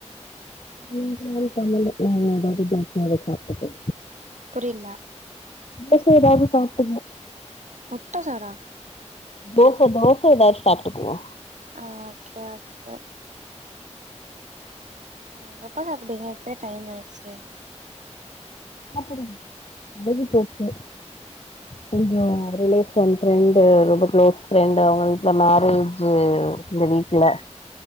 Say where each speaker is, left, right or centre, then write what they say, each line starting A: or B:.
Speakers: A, on the left; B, on the right.
A: இன்னு நா எது பண்ணல இனிமே எதாவ்து தோச எதா சாப்ட்டுக்கு
B: புரில
A: தோச எதாவ்து சாப்ட்டுக்குவோ
B: முட்ட சோறா
A: தோச தோச எதாவ்து சாப்ட்டுக்குவோ
B: ஆ ஓகே ஓகே ஆ எப்ப சாப்டிங்க இப்பே டைமாய்ருச்சு
A: சாப்புடுங் அழுகி போய்ச்சு
B: ம்
A: கொஞ்சோ ஒரளவு ஏ ஃப்ரெண்டு ரொம்ப க்ளோஸ் ஃப்ரெண்ட் அவ வீட்ல மேரேஜ் இந்த வீக்ல